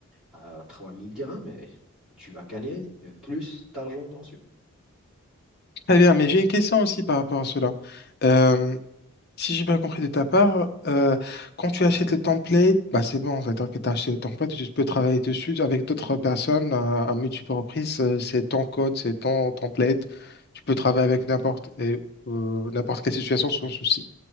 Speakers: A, in the centre; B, on the left (about 45°).
A: à 3000 dirhams et tu vas gagner euh, plus d'argent dans ce.
B: très bien, mais j'ai une question aussi par rapport à cela. Euh, Si j'ai bien compris de ta part, euh, quand tu achètes le template, bah c'est bon, c'est-à-dire que tu as acheté le template, tu peux travailler dessus avec d'autres personnes à, à multiples reprises. euh, C'est ton code, c'est ton template. Tu peux travailler avec
A: Oui,
B: n'importe et, euh, n'importe quelle situation sans souci.